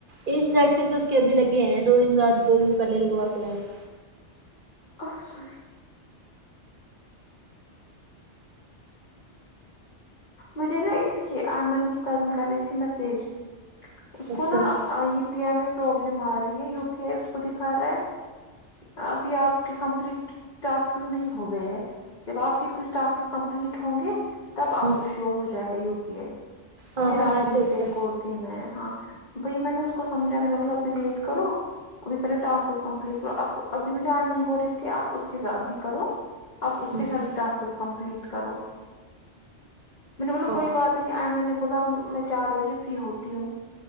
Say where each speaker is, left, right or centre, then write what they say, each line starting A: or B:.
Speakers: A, on the right; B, on the left.
A: ا انویکسن تو اس کے ابھی لگےئے ہیں دو دن بعد دو دن پہلے لگوا کے ہیں
B: اچھا مجھے نا اس کی ایمن کی کزن کر رہی تھی میسج اس
A: اچھا
B: کو نا
A: اچھا
B: یو پی آئی میں پروابلم آ رہی ہے یو پی آئی اس کو دکھا رہا ہے ابھی آپ کے کمپلیٹ ٹاسک نہیں ہو گئے ہیں جب آپ کے کچھ ٹاسک کمپلیٹ ہوں گے تب آپ
A: ہوں
B: کو شو ہو جائے گا یو پی آئی
A: ہاں
B: پھر
A: ہاں
B: آپ
A: ایسے
B: کو یو
A: ہوتا
B: پی آئی
A: ہے
B: کوڈ دینا ہے ہاں وہی میں نے اس کو سمجا میں نے بو ابھی ویٹ کرو ابھی پہلےٹاسکس کمپلیٹ کرو اب ابھی مجھے آئمن بول رہی تھی آپ اس کے ساتھ بھی کرو اب اس
A: ہوں
B: کے ساتھ بھی ٹیکس بھی کمپلیٹ کرو میں نے بولا
A: ہاں
B: کوئی بات نہیں میں نے بولا میں چار بجے فری ہوتی ہوں